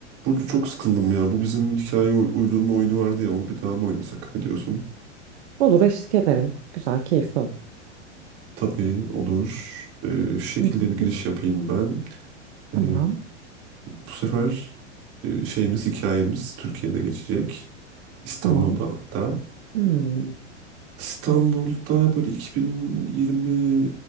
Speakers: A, on the right; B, on the right.
A: Burcu çok sıkıldım ya. Bu bizim hikaye uy- uydurma oyunu vardı ya. Onu bir daha mı oynasak? Ne diyorsun?
B: Olur eşlik ederim. Güzel, keyifli olur.
A: Tabii olur. Ee, şu şekilde
B: Hı hı
A: bir giriş
B: hı.
A: yapayım ben.
B: Tamam.
A: Ee, bu sefer e, şeyimiz hikayemiz Türkiye'de geçecek. İstanbul'da
B: Tamam.
A: hatta.
B: Hmm.
A: İstanbul'da böyle 2020